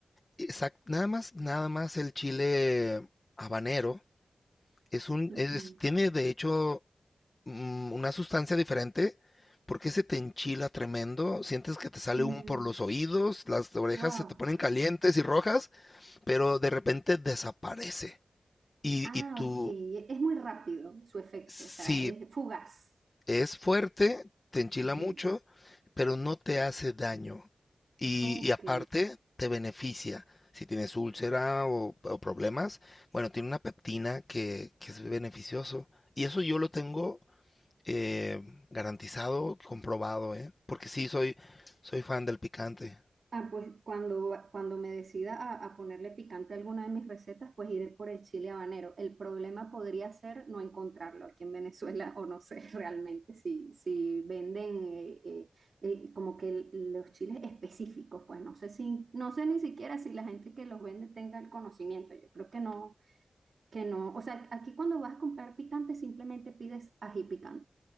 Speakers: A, on the left; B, on the right.
A: exact- nada más, nada más el chile habanero Es un,
B: Ujú.
A: es, tiene de hecho mm, una sustancia diferente porque se te enchila tremendo, sientes que te sale
B: Mm,
A: humo por los oídos, las orejas
B: wow.
A: se te ponen calientes y rojas, pero de repente desaparece. Y,
B: Ah,
A: y tú,
B: ok. E, Es muy rápido su efecto,
A: si
B: o sea, es fugaz.
A: es fuerte, te enchila
B: Ujú.
A: mucho, pero no te hace daño. Y,
B: Ok.
A: y aparte, te beneficia. Si tienes úlcera o, o problemas, bueno, tiene una peptina que, que es beneficioso. Y eso yo lo tengo Eh, garantizado, comprobado, ¿eh? Porque sí, soy, soy fan del picante.
B: Ah, pues cuando, cuando me decida a, a ponerle picante a alguna de mis recetas, pues iré por el chile habanero. El problema podría ser no encontrarlo aquí en Venezuela o no sé <laughs> realmente si, si venden eh, eh, eh, como que el- los chiles específicos, pues no sé si, no sé ni siquiera si la gente que los vende tenga el conocimiento. Yo creo que no, que no. O sea, aquí cuando vas a comprar picante simplemente pides ají picante.